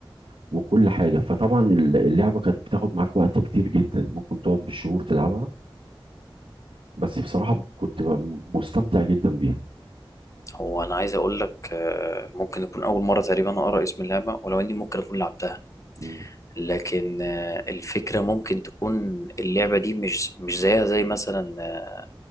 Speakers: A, on the right; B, on the left.
A: وكل حاجة فطبعا ال- اللعبة كانت بتاخد معاك وقت كتير جدا ممكن تقعد بالشهور تلعبها بس بصراحة كنت بقى م- مستمتع جدا بيها
B: هو انا عايز اقول لك آه، ممكن يكون اول مره تقريبا اقرا اسم اللعبه ولو اني ممكن اكون لعبتها
A: مم.
B: لكن آه، الفكره ممكن تكون اللعبه دي مش مش زيها زي مثلا آه،